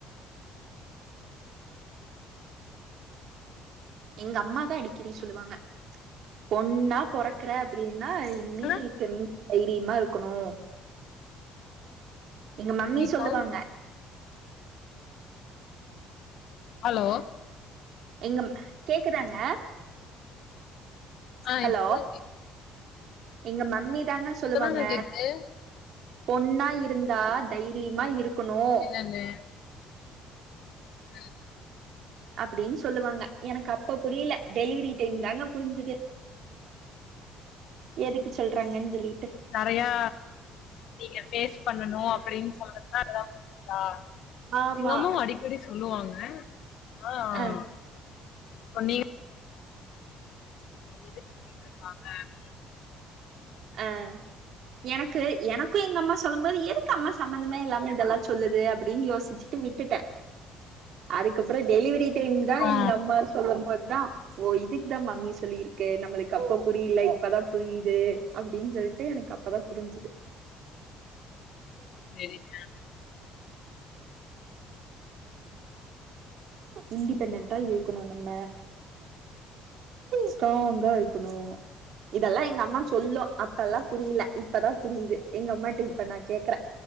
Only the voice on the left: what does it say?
ஆனா
நீ
கால் ஹலோ
ஆ
இப்பதா கேக்குது
இப்பதாங்க கேக்குது
தானே ம்
நெறையா நீங்க ஃபேஸ் பண்ணணு அப்டின் சொல்றதுதா அதலா தா
எங்க அம்மாவு அடிக்கடி சொல்லுவாங்க ஆ ஆ ஆ
பண்ணி எது செஞ்சிட்டு சுத்திட்ருக்காங்க நீ
ஆ
சேரிங்க